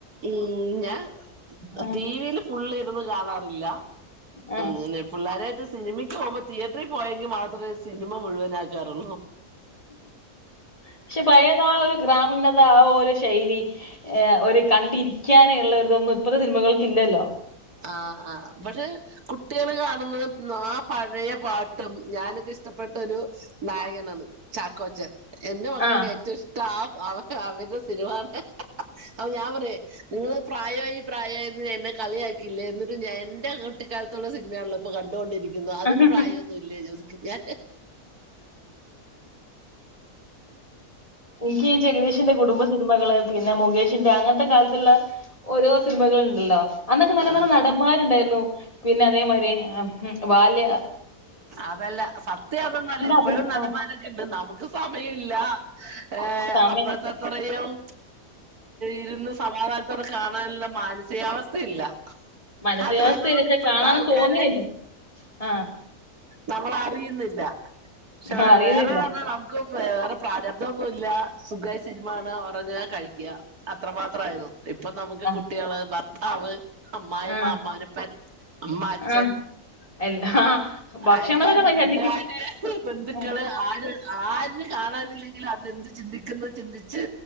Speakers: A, on the right (about 75°); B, on the left (about 20°).
A: മ്മ് ഞാൻ
B: ആ,
A: ടിവിൽ ഫുളള് ഇരുന്ന് കാണാറില്ല
B: ആ.
A: പിന്നെ പിള്ളാരായിട്ട് സിനിമയ്ക്ക് പോകുമ്പോ തിയേറ്ററിൽ പോയെങ്കിൽ മാത്രമേ സിനിമ മുഴുവന് ആക്കാറുള്ളൂ
B: പക്ഷെ പഴെത് ആ ഒരു ഗ്രാമീണ ആ ഒരു ശൈലി ഒരു കണ്ടിരിക്കാന് ഉള്ള ഒരുതൊന്നും ഇപ്പത്തെ സിനിമകൾക്കില്ലല്ലോ
A: ആഹ് ആഹ് പക്ഷെ കുട്ടികൾ കാണുമ്പോഴും പഴയ പാട്ടും ഞാനൊക്കെ ഇഷ്ടപ്പെട്ട ഒരു നായകനാണ് ചാക്കോച്ചൻ എന്റെ മക്കൾക്ക്
B: ആ
A: ഏറ്റവും ഇഷ്ടം അവ അവരുടെ സിനിമയാണ് അപ്പോ ഞാൻ പറയാ നിങ്ങള് പ്രായമായി പ്രായമായീന്ന് എന്നെ കളിയാക്കി എന്നിട്ട് ഞാൻ എന്റെ കുട്ടിക്കാലത്തുള്ള സിനിമയാണല്ലോ ഇപ്പൊ കണ്ടുകൊണ്ടിരിക്കുന്നത് അതിന്
B: ആ.
A: പ്രായമൊന്നും ഇല്ലേ ചോദിക്കും ഞാൻ
B: എനിക്ക് ഈ ജഗദീഷന്റെ കുടുംബ സിനിമകള് പിന്നെ മുകേഷിന്റെ അങ്ങനത്തെ കാലത്തുള്ള ഓരോ സിനിമകള് ഉണ്ടല്ലോ അന്നൊക്കെ നല്ല
A: ആഹ്
B: നല്ല നടന്മാരുണ്ടായിരുന്നു പിന്നെ അതേമാതിരി വാല്യ
A: അതല്ല സത്യം അതൊന്നുമല്ല ഇപ്പോഴും
B: അഭിന-
A: നടന്മാരൊക്കെ
B: ആ,
A: ഉണ്ട് നമുക്ക് സമയം ഇല്ല. ഏഹ്
B: സമയം
A: അപ്പഴത്തെത്രയും ഇരുന്ന് സമാധാന ടെ കാണാനുള്ള മാനസികാവസ്ഥയില്ല.
B: മാനസികവസ്ഥയിൽ
A: അത് കാരണം കൊണ്ട്
B: ഇപ്പോ
A: ഇപ്പോഴത്തെ
B: കാണാൻ
A: ആൾക്കാരെ
B: തോന്നുകയെ ഇല്ല ആഹ്
A: നമ്മൾ അറിയുന്നില്ല പക്ഷെ
B: ആ, അറിയുന്നില്ല
A: വേറെ <unintelligible> വേറെ പ്രാരബ്ധൊന്നുല്ല സുഖയി സിനിമ കാണാ ഒറങ്ങാ കഴിക്കാ. അത്ര മാത്രമായിരുന്നു ഇപ്പൊ നമുക്ക്
B: ആ
A: കുട്ടികളായി ഭർ ത്താവ് അമ്മായിമ്മ
B: ആ
A: അമ്മാനപ്പൻ അമ്മ അച്ഛൻ
B: ആ എല്ലാ ഭക്ഷണമൊക്കെ
A: അയൽക്കാരും
B: മര്യാദക്ക്
A: വീട്ട്കാര് ബന്ധുക്കള്
B: ഉം.
A: ആര് ആര് കാണാനില്ലെങ്കിലും <unintelligible> ചിന്തിക്കുന്നു ചിന്തിച്ച്